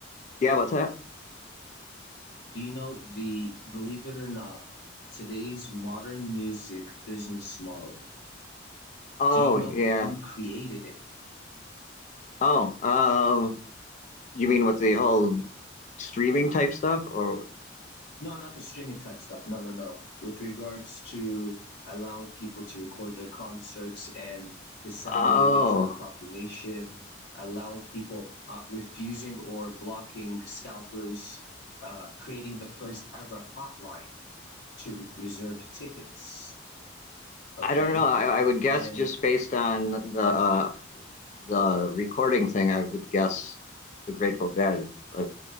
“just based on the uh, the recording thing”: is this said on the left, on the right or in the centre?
Left